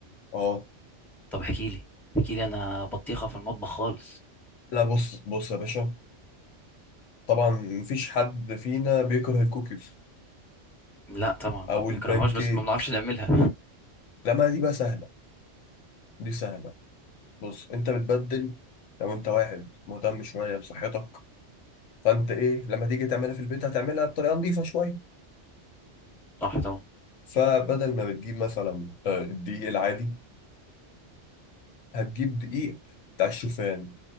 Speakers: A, on the left; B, in the centre.
A: اه
B: طب احكي لي احكي لي انا بطيخه في المطبخ خالص
A: لا بص بص يا باشا طبعا مفيش حد فينا بيكره الكوكيز
B: لا طبعا ما
A: او
B: بنكرههاش
A: البانكيك
B: بس ما بنعرفش نعملها
A: لا ما دي بقى سهله دي سهله بص انت بتبدل لو انت واحد مهتم شويه بصحتك فانت ايه لما تيجي تعملها في البيت هتعملها بطريقه نظيفه شويه
B: <laughs> صح طبعا
A: فبدل ما بتجيب مثلا آه، الدقيق العادي هتجيب دقيق بتاع الشوفان